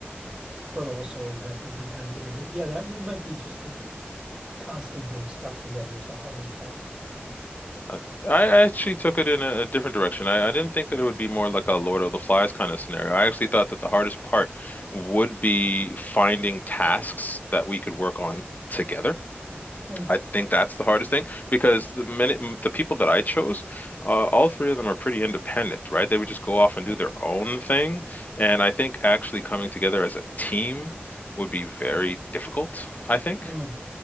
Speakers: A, on the right; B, on the left.
A: but also have some good time together. But yeah, that it might be just the constantly being stuck together is the hardest part.
B: Uh, I I actually took it in a, a different direction. I, I didn't think that it would be more like a Lord of the Flies kind of scenario. I actually thought that the hardest part would be finding tasks that we could work on together.
A: Yeah,
B: I think that's the hardest thing because the minute the people that I chose, uh, all three of them are pretty independent, right? They would just go off and
A: right.
B: do their own thing. And I think actually coming together as a team would be very difficult, I think.
A: Mm,